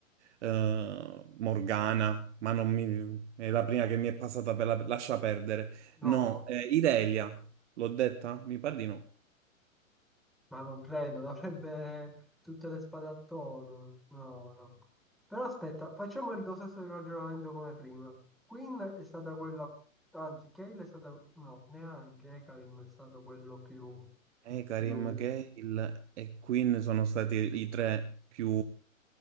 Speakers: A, on the right; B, in the centre.
A: eh, Morgana, ma non mi... è la prima che mi è passata per la... Lascia perdere.
B: No,
A: No, eh, Irelia, l'ho detta? Mi pare di no.
B: ma non credo. Avrebbe tutte le spade attorno. No, no. Però aspetta, facciamo il tuo stesso ragionamento come prima. Queen è stata quella... Anzi, Cale è stata... No, neanche. Ekalim è stato quello più...
A: E Karim
B: più...
A: Gale e Queen sono stati i tre più...